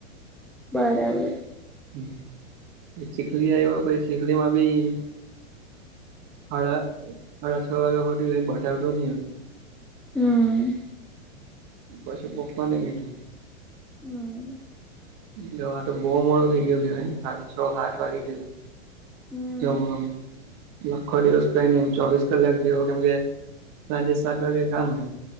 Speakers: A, in the centre; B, on the right.
A: બરાબર!
B: હમ એ ચીખલી આવ્યો પછી ચીખલીમાં બી હાડા હાડા છ વાગા હુધી કાઈ બટાવતું ની હોય
A: હમ
B: પાસું પપ્પાને કીધું?
A: હમ
B: એટલે હવે આ તો બહુ મોડો થઇ ગયો કહેવાય ને આ તો છ હાત વાગી ગેલા.
A: હમ
B: જમવામાં, એ આખો દિવસ કઈ નહીં એમ ચોવીસ કલાક જેવો કેમ કે સાંજે સાત વાગે કામને